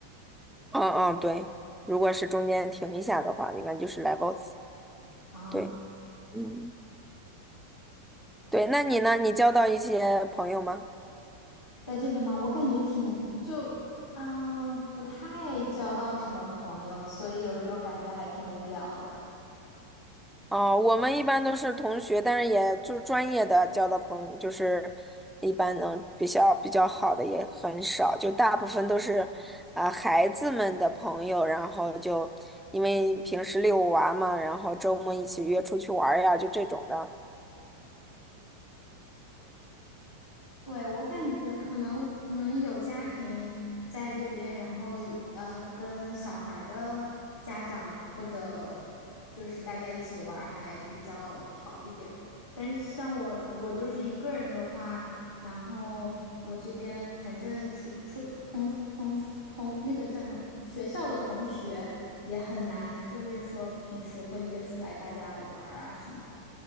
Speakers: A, in the centre; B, on the left.
A: 嗯嗯，对，如果是中间停一下的话，应该就是 levels，
B: 啊，
A: 对，嗯对，那你呢？你交到一些朋友吗？
B: 在这边吗？我感觉挺就啊、不太交到什么朋友，所以有时候感觉还挺无聊的。
A: 哦，我们一般都是同学，但是也就是专业的交的朋友，就是一般能比较比较好的也很少，就大部分都是啊、孩子们的朋友，然后就因为平时遛娃嘛，然后周末一起约出去玩儿呀，就这种的。
B: 对，我感觉可能可能有家庭在这边，然后呃，跟小孩儿的家长或者就是大家一起玩儿还比较好一点。但是像我，我就是一个人的话，然后我这边反正出出同同同那个叫什么学校的同学也很难，就是说平时会约出来大家玩儿啊什么的。